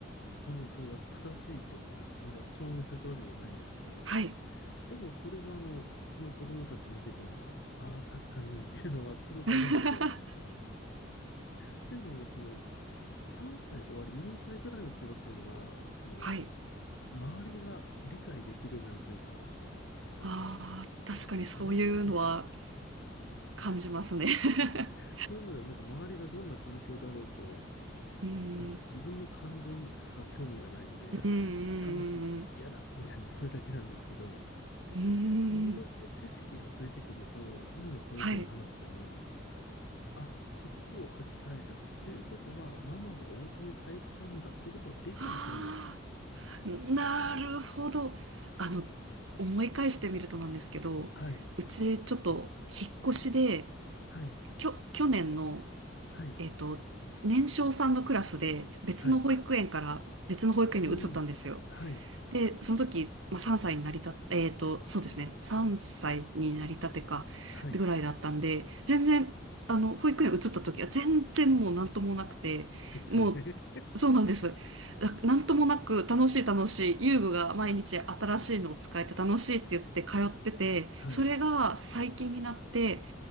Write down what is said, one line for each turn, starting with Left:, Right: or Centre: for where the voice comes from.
Left: 本当にそれが正しいと、まだ証明されたわけじゃないんですけど、
Right: はい。
Left: でもそれはあの、うちの子供たち見てても、ああ、確かにっていうのはすごくあるんですよ。
Right: <laughs>
Left: っていうのも、その、3歳終わり、4歳ぐらいの頃っていうのが、その、
Right: はい。
Left: 周りが理解できるようになるというか、
Right: ああ、確かにそういうのは
Left: なんかそれまで、
Right: 感じますね。<laughs>
Left: それまではなんか周りがどんな環境だろうと、
Right: うーん。
Left: なんか自分の感情にしか興味がないので、
Right: うーん。
Left: 楽しい、嫌だ、みたいなそれだけなんですけど、
Right: うーん。
Left: いろいろ知識がついてくると、
Right: うーん
Left: 今の保育園の話でも、
Right: はい。
Left: あ、靴を履き替えた。ということは、ママがお家に帰っちゃうんだということを理解するんですよね。
Right: はあ。なるほど。あの、思い返してみるとなんですけど、
Left: はい、
Right: うちちょっと引っ越しで、
Left: はい、
Right: きょ、去年の、
Left: はい、
Right: えっと、年少さんのクラスで別の保育園から別の保育園に移ったんですよ。
Left: はい、うん、はい、
Right: で、その時、まあ、3歳になりた、えっと、そうですね。3歳になりたてか、
Left: はい、
Right: ぐらいだったんで、全然、あの、保育園移った時は全然もうなんともなくて、
Left: ですよね。
Right: もう、そうなんです。な、なんともなく、楽しい楽しい、遊具が毎日新しいのを使えて楽しいって言って通ってて、
Left: <laughs> はい、
Right: それが最近になって、